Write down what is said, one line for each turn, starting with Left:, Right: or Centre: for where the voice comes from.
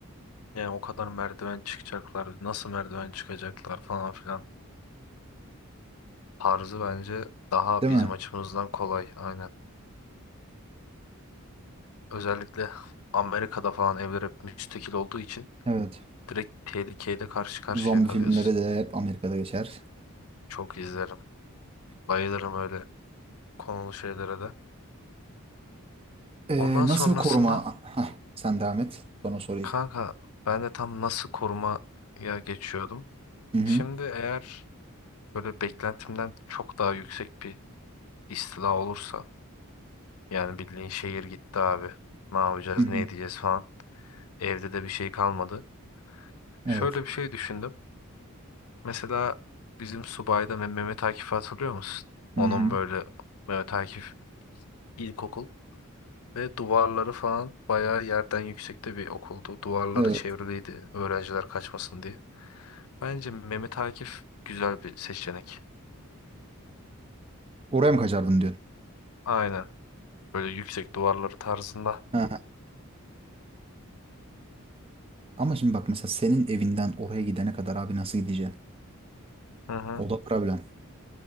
Left: Yani o kadar merdiven çıkacaklar, nasıl merdiven çıkacaklar falan filan. Tarzı bence daha
Right: Değil
Left: bizim
Right: mi?
Left: açımızdan kolay. Aynen. Özellikle Amerika'da falan evler hep müstakil olduğu için
Right: Evet.
Left: direkt tehlikeyle karşı karşıya
Right: Zombi
Left: kalıyorsun.
Right: filmleri de hep Amerika'da geçer.
Left: Çok izlerim. Bayılırım öyle konulu şeylere de.
Right: Eee,
Left: Ondan
Right: nasıl
Left: sonrasında
Right: bir koruma? Hah, sen devam et. Sonra sorayım.
Left: kanka ben de tam nasıl korumaya geçiyordum.
Right: Hı hı.
Left: Şimdi eğer böyle beklentimden çok daha yüksek bir istila olursa yani bildiğin şehir gitti abi. Ne yapacağız,
Right: Hı hı.
Left: ne edeceğiz falan. Evde de bir şey kalmadı. Şöyle
Right: Evet.
Left: bir şey düşündüm. Mesela bizim subayda Meh- Mehmet Akif'i hatırlıyor musun?
Right: Hı
Left: Onun
Right: hı.
Left: böyle Mehmet Akif ilkokul. Ve duvarları falan bayağı yerden yüksekte bir okuldu. Duvarları
Right: Evet.
Left: çevriliydi öğrenciler kaçmasın diye. Bence Mehmet Akif güzel bir seçenek.
Right: Oraya mı kaçardın diyorsun?
Left: Aynen. Böyle yüksek duvarları tarzında.
Right: Hı hı. Ama şimdi bak mesela senin evinden oraya gidene kadar abi nasıl gideceğim?
Left: Hı hı.
Right: O da problem.